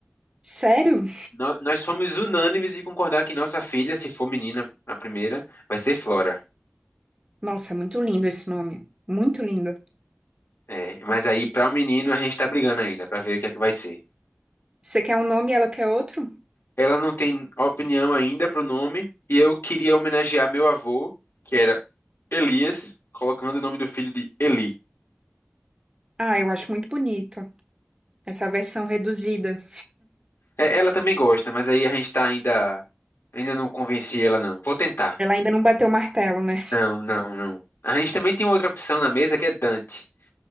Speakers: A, on the right; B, on the left.
A: Sério?
B: Nó- Nós fomos unânimes em concordar que nossa filha, se for menina, a primeira, vai ser Flora.
A: Nossa, é muito lindo esse nome. Muito lindo.
B: É, mas aí, para o menino, a gente está brigando ainda para ver o que é que vai ser.
A: Você quer um nome e ela quer outro?
B: Ela não tem opinião ainda pro nome e eu queria homenagear meu avô, que era Elias, colocando o nome do filho de Eli.
A: Ah, eu acho muito bonito. Essa versão reduzida.
B: É, ela também gosta, mas aí a gente tá ainda. Ainda não convenci ela, não. Vou tentar.
A: Ela ainda não bateu o martelo, né?
B: Não, não, não. A gente também tem outra opção na mesa que é Dante.